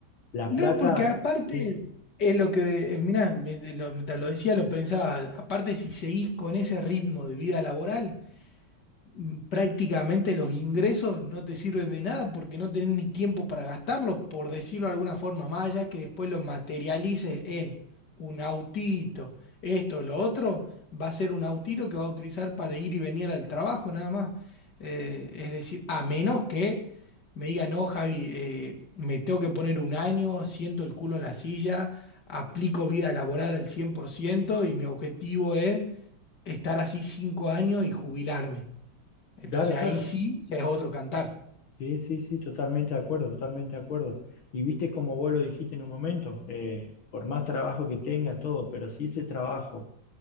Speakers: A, on the left (about 80°); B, on the left (about 55°).
A: la
B: No,
A: plata,
B: porque aparte,
A: sí,
B: es lo que, mira, mientras lo decía, lo pensaba, aparte si seguís con ese ritmo de vida laboral. mm, prácticamente los ingresos no te sirven de nada porque no tenés ni tiempo para gastarlo, por decirlo de alguna forma, más allá que después lo materialices en un autito, esto, lo otro, va a ser un autito que va a utilizar para ir y venir al trabajo nada más. Eh, es decir, a menos que me diga, no, Javi, eh, me tengo que poner un año, siento el culo en la silla, aplico vida laboral al 100% y mi objetivo es estar así cinco años y jubilarme. Entonces
A: claro, claro,
B: ahí sí ya es otro cantar.
A: sí, sí, sí, totalmente de acuerdo, totalmente de acuerdo. Y viste como vos lo dijiste en un momento, eh, por más trabajo que tenga todo, pero si ese trabajo